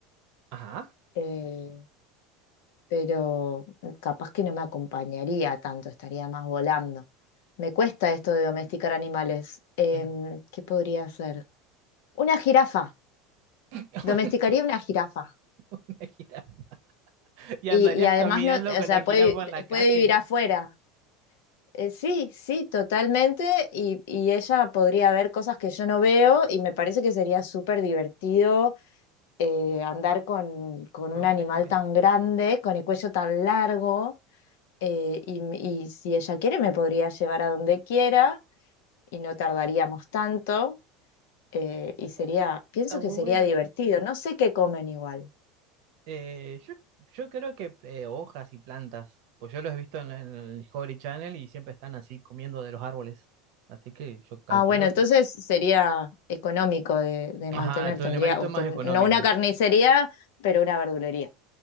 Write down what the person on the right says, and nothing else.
Ajá.
Ujú.
<laughs>
Una jirafa. Y
andarías
caminando
con
la jirafa
en la calle.
Con
una jirafa.
Está
bien,
está muy
bueno.
Eh, yo, yo creo que eh, hojas y plantas. Pues yo los he visto en, en el Discovery Channel y siempre están así comiendo de los árboles. Así que yo calculo
que.
Ajá,
tu
animalito
es
más económico.